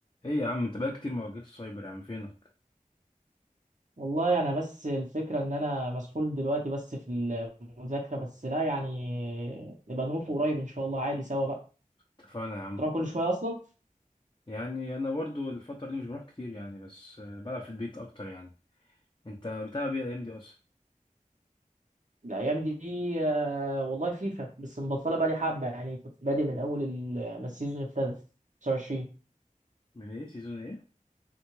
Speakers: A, on the left; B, on the right.
A: ايه يا عم انت بقالك كتير ما واجهتش سايبر يا عم فينك
B: والله انا بس الفكره ان انا مسحول دلوقتي بس في المذاكره بس لا يعني نبقى نروح قريب ان شاء الله عادي سوا بقى
A: اتفقنا يا عم
B: تروح كل شويه اصلا
A: يعني انا برضو الفترة دي مش بروح كتير يعني بس آه، بلعب في البيت اكتر يعني انت بتلعب ايه الايام دي اصلا
B: الايام دي آه، والله فيفا بس مبطله بقى لي حبه يعني كنت بادئ من اول ال- ما السيزون ابتدى 25
A: من ايه سيزون ايه